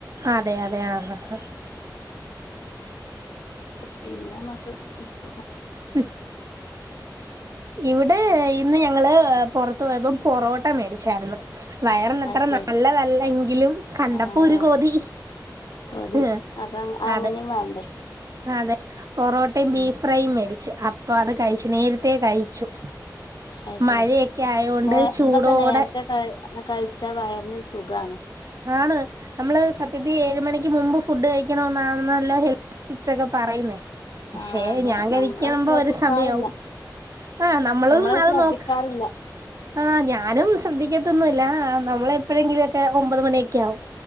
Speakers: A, on the right; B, on the left.
A: അതെ അതെ ആ ആ <unintelligible>
B: പിന്നെമ്മക്ക് <unintelligible>
A: ഹ് ഇവിടെ ഇന്ന് ഞങ്ങള് പൊറത്ത് പോയപ്പം പൊറോട്ട മേടി ച്ചായിരുന്നു. വയറ്ന്നത്ര
B: അത് ശരി
A: നല്ലതല്ലെങ്കിലും കണ്ടപ്പോ
B: ആഹ്
A: ഒരു കൊതി
B: ഒരു
A: ഏ
B: അപ്പൊ
A: അതെ
B: അങ്ങനെയും വേണ്ടേ
A: അതെ പൊറോട്ടയും ബീഫ്
B: ഉം
A: ഫ്രൈയും മേടിച്ച് അപ്പൊ അത് കഴിച്ച് നേരത്തേ ക കഴിച്ചു
B: അയ്
A: മഴയൊക്കെ
B: ശരി
A: ആയോണ്ട്
B: നേ
A: ചൂടോടെ
B: അതൊക്കെ നേരത്തെ ക എന്നാ കഴിച്ചാ വയറിന്നരു സുഖമാണ്
A: ആണ് നമ്മള് സത്യത്തിൽ ഏഴ് മണിക്ക് മുമ്പ് ഫുഡ് കഴിക്കണോനെന്നാണല്ലോ ഹെൽത്ത് ടിപ്സ് ഒക്കെ പറയുന്നേ പക്ഷെ
B: ആഹ് അതെ
A: ഞാൻ കഴിക്കമ്പോ
B: നമ്മളത് ശ്രദ്ധിക്കാറില്ല
A: ഒരു സമയാവും ആഹ് നമ്മളോന്നും
B: നമ്മളത്
A: അത്
B: ശ്രദ്ധിക്കാറില്ല
A: നോക്കാറില്ല ആഹ് ഞാനും ശ്രദ്ധിക്കാത്തൊന്നുമല്ല നമ്മളെപ്പോഴെങ്കിലും ഒക്കെ ഒമ്പത് മണിയൊക്കെ ആകും